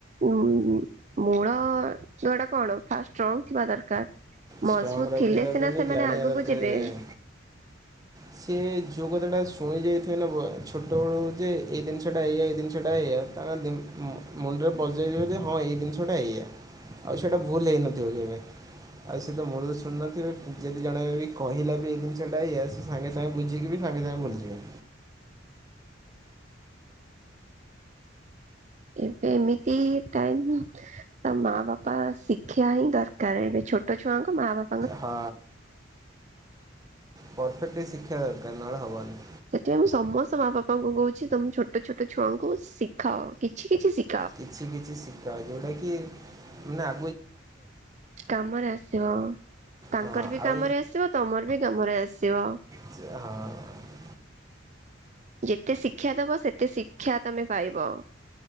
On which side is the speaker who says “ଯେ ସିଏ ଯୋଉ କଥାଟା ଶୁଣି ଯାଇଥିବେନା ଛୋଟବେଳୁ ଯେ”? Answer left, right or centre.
Right